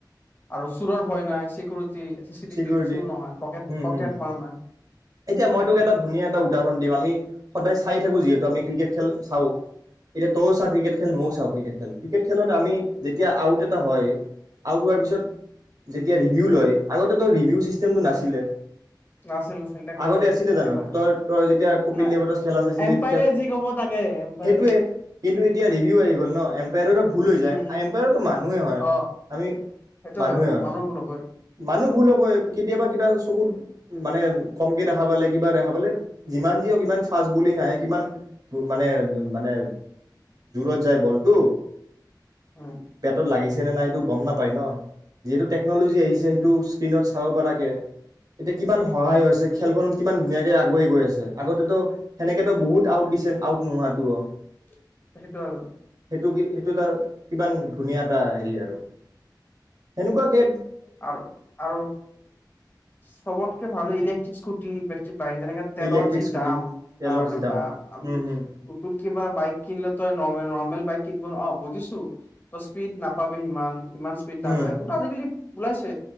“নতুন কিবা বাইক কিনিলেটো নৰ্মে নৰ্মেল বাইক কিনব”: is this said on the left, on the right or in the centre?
Left